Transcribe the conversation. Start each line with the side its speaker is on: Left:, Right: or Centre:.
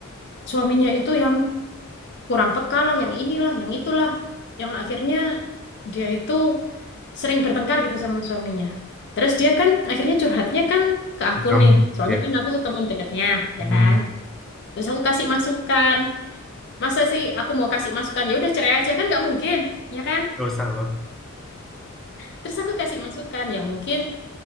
Left: suaminya itu yang kurang peka lah, yang inilah, yang itulah, yang akhirnya dia itu sering bertengkar gitu sama suaminya. Terus dia kan akhirnya curhatnya kan ke aku
Centre: Ke Kamu,
Left: nih. Soalnya
Centre: ya.
Left: kan aku teman dekatnya, ya
Centre: Hmm.
Left: kan? Terus aku kasih masukan. Masa sih aku mau kasih masukan? Ya udah cerai aja kan nggak mungkin, ya kan?
Centre: Gak usah loh.
Left: Terus aku kasih masukan, ya mungkin